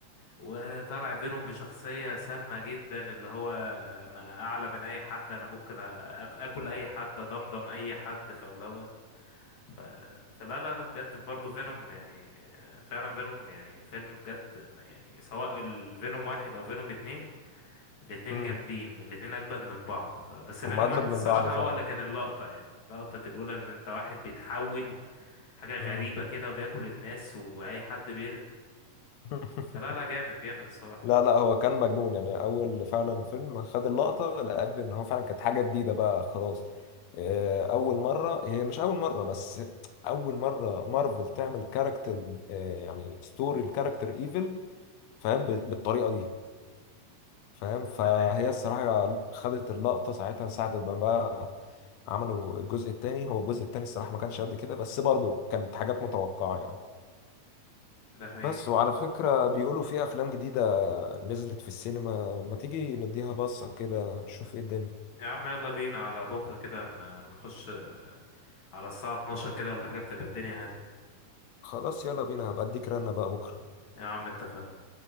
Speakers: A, on the left (about 40°); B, on the left (about 85°).
A: وطلع فينوم بشخصية سامة جدا اللي هو أنا أعلى من أي حد أنا ممكن أ- أك- أكل أي حد أضمضم أي حد فاللي هو ف... فلا لا لا بجد برضه فينوم يعني آه، فعلا فينوم يعني فيلم بجد ما- يعني سواء الفينوم واحد او فينوم اتنين الاتنين
B: مم.
A: جامدين الاتنين اجمد من بعض ف... بس فينوم
B: هم اجمد
A: واحد
B: من
A: الصراحة
B: بعض فعلا
A: هو اللي كان اللقطة يعني لقطة الأولى إن أنت واحد بيتحول حاجة غريبة
B: مم.
A: كده وبياكل الناس وأي حد بيزق
B: <laughs>
A: لا لا جامد جامد الصراحة
B: لا لا هو كان مجنون يعني اول فعلا فيلم خد اللقطه لاجل ان هو فعلا كانت حاجه جديده بقى خلاص آه، اول مره هي مش اول مره بس اول مره مارفل تعمل كاركتر آه، يعني ستوري الكاركتر ايفل فاهم ب- بالطريقه دي فاهم فهي
A: ده حقيقي
B: الصراحه خدت اللقطه ساعتها ساعه ما بقى عملوا الجزء الثاني هو الجزء الثاني الصراحه ما كانش قد كده بس برضه كانت حاجات متوقعه يعني
A: ده حقيقي
B: بس وعلى فكره بيقولوا في افلام جديده نزلت في السينما ما تيجي نديها بصة كده نشوف ايه الدنيا
A: يا عم يلا بينا على بكرة كده ن- نخش آه، على الساعة 12 كده ولا حاجة بتبقى الدنيا هادية
B: خلاص يلا بينا هبقى اديك رنة بقى بكرة
A: يا عم اتفقنا